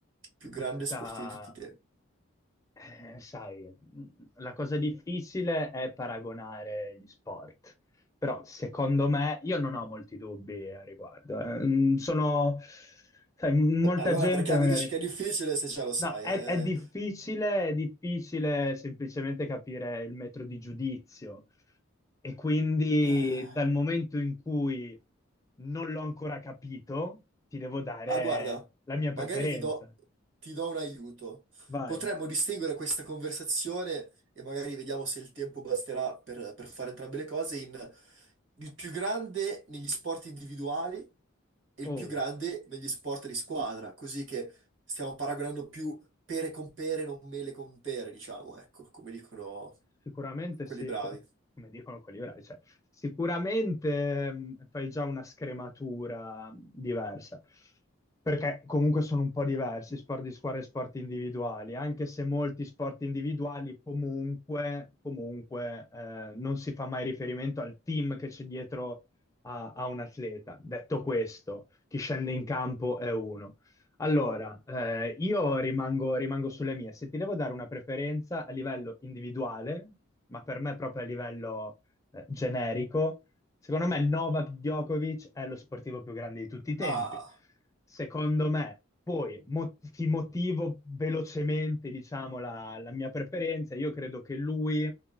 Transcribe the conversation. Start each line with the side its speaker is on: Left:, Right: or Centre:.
Right: Più grande
Left: realtà,
Right: sportivo di tutti i tempi.
Left: eh, sai, mh, la cosa difficile è paragonare gli sport. Però, secondo me, io non ho molti dubbi a riguardo. eh. Mm, Sono, sai, m-
Right: Beh,
Left: molta
Right: allora
Left: gente
Right: perché
Left: magari.
Right: mi dici che è difficile se già lo sai?
Left: No, è,
Right: eh?
Left: è difficile, è difficile semplicemente capire il metro di giudizio e quindi
Right: Ah.
Left: dal momento in cui non l'ho ancora capito, ti devo dare
Right: Ah, guarda,
Left: la mia
Right: magari
Left: preferenza.
Right: ti do, ti do un aiuto.
Left: Vai.
Right: Potremmo distinguere questa conversazione e magari vediamo se il tempo basterà per, per fare entrambe le cose in il più grande negli sport individuali e il
Left: Oh.
Right: più grande negli sport di squadra, così che stiamo paragonando più pere con pere, non mele con pere, diciamo, ecco, come dicono
Left: Sicuramente
Right: quelli
Left: sì,
Right: bravi.
Left: co- come dicono quelli bravi, cioè, sicuramente mh, fai già una scrematura diversa, perché comunque sono un po' diversi sport di squadra e sport individuali, anche se molti sport individuali comunque, comunque eh, non si fa mai riferimento al team che c'è dietro a, a un atleta. Detto questo, chi scende in campo è uno. Allora, eh, io rimango, rimango sulle mie. Se ti devo dare una preferenza a livello individuale, ma per me proprio a livello eh, generico, Secondo me Novak Djokovic è lo sportivo più grande di tutti i tempi.
Right: Ah,
Left: Secondo me, poi mo- ti motivo velocemente, diciamo, la, la mia preferenza. Io credo che lui